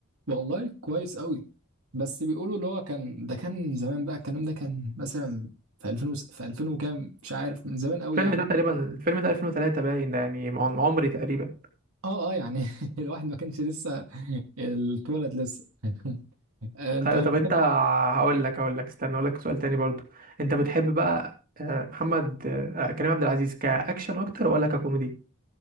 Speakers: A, on the right; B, on the right.
A: والله كويس قوي بس بيقولوا اللي هو كان ده كان زمان بقى الكلام ده كان مثلا في 2000 وس- في 2000 وكام مش عارف من زمان قوي
B: الفيلم
A: يعني
B: ده تقريبا الفيلم ده 2003 باين ده يعني من عمري تقريبا
A: اه اه يعني <laughs> الواحد ما كانش لسه اتولد لسه <laughs> آه، انت
B: أيوة،
A: بتحب
B: طب انت هقول لك هقول لك استنى اقول لك سؤال تاني برضو انت بتحب بقى آه، محمد آه، كريم عبد العزيز كاكشن اكتر ولا ككوميدي